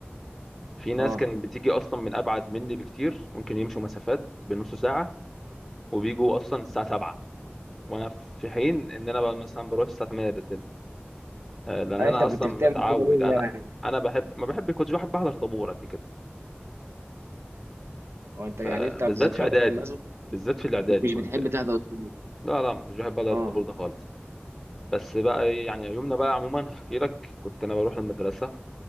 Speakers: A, in the centre; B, on the right.
A: في ناس
B: اه
A: كانت بتيجي اصلا من ابعد مني بكتير ممكن يمشوا مسافات بنص ساعة وبيجوا اصلا الساعه 7 وانا في حين ان انا بقى مثلا بروح الساعه 8 الا تلت آه، لان
B: آه،
A: انا
B: انت كنت
A: اصلا
B: بتعمل
A: متعود
B: كده ليه
A: انا
B: يعني
A: انا بحب ما بحب كنتش بحب احضر طابور قد كده
B: هو انت يعني
A: فبالذات
B: انت في ذكرياتك
A: في اعدادي
B: في المدرسة
A: بالذات في الاعدادي
B: مش
A: كنت
B: بتحب تحضر الطابور
A: لا لا ما كنتش بحب احضر
B: اه
A: الطابور ده خالص بس بقى إيه، يعني يومنا بقى عموما هحكي لك كنت انا بروح المدرسه